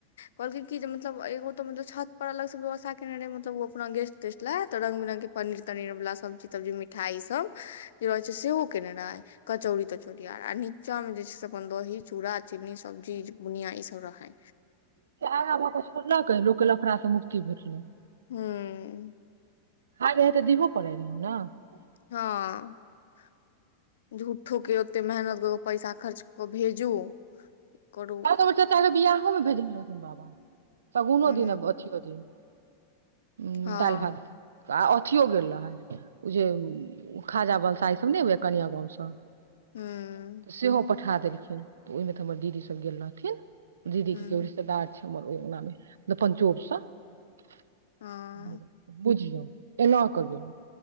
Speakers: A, on the left (about 60°); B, on the right (about 65°).
A: कहलकै क जे। मतल एगो तो मतल छत पर अलग। सुबह। <unintelligible> ा केने रहे मतलब ओ अपना गेस्ट तेस्ट ले तऽ रंग बिरंग के पनीर तनीर वाला सब्जी तब्जी मिठाई सब- जे रह छै सेहो। केनाइ कचौड़ी तऽ। चुरा आ आ नीचा मे जे छै से अपन दही चूड़ा चीनी सब्जी बुनिया ई सब रहै।
B: आगा भ कऽ छोड़लक लोक के लफड़ा से मुक्ति भेटले। <unintelligible>
A: हँ। <unintelligible>
B: ह- ह -तऽ दिहोो पड़ै रह न। <unintelligible>
A: हँ <unintelligible> झूठो के ओते मेहनत कऽ कऽ पैसा खर्च कऽ भेजू। <unintelligible>
B: आ
A: करू
B: चचाे बिियाहहो में भेज म। <unintelligible> बाबा। <unintelligible> सगुनो
A: हूँ
B: दिन बथओ दिन। <unintelligible> उ
A: हँ
B: दालि भात। <unintelligible> आ अथिियो गेल रहै ओ जे खाजा बलसा ईसभ नहि ह कनिया गाँवसँ। <unintelligible>
A: हूँ
B: तऽ सेहो हो। <unintelligible> पठा देलखिन त ओहिमे तर दीदी। सब गेल रहथिन। <unintelligible> दीदी
A: हूँ
B: की- की ओड़श द छै। हमर ओहि अगनामे मलब पञ्चोपसँ। <unintelligible>
A: हँ
B: <unintelligible> बुझियौ। एना कऽ गेल